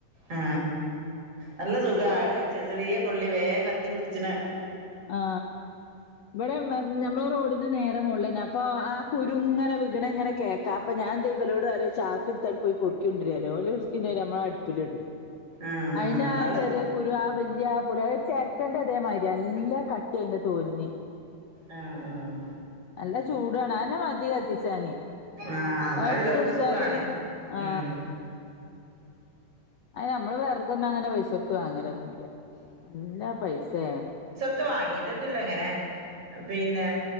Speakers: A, on the right (about 40°); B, on the left (about 60°).
A: ആ നല്ല സുഖവാ ചെറിയ ചെറിയ കൊള്ളി വേം കത്തി പിടിച്ചന
B: ആ ഇവിടെ മ് ഞമ്മളെ റോഡിന് നേരെ മോളിലന്നെ അ പ്പൊ ആ കുരുങ്ങനെ വികണങ്ങനെ കേക്കാം അപ്പൊ ഞാൻ ദേ വലോട് പറയും ചാക്ക് എടുത്തട് പോയി പൊറു ക്കുണ്ട്ര്യരാൻ <unintelligible> നമ്മളെ അടുപ്പലിടും
A: ആഹ്
B: അയിന്റെ ആ
A: നല്ല
B: ചെറ്യേ കുരു ആ <unintelligible> വല്ല്യ ആ പൊളി അത് ചെരട്ടേന്റെ അതേമായിരിയ നല്ല കട്ടി അയ്ന്റെ തോലിന്
A: ആഹ് ആഹ്
B: നല്ല ചൂടാണ് അയന്നെ മതി കത്തിച്ചാന്
A: ആഹ്
B: അത
A: അത് ഇള്ളോൽക്ക്
B: ഇട്ടൊടുത്താല്
A: സുഖാണ്
B: ആ
A: ഉം
B: അത് നമ്മള് വേർകൊന്നങ്ങെനെ പൈസൊ ടുത്ത് വാങ്ങാലൊന്നുല്ല്യ നല്ല പൈസയ
A: ത്ത് വാങ്ങീട്ടൊന്നുല്ല ഇങ്ങനെ പിന്നെ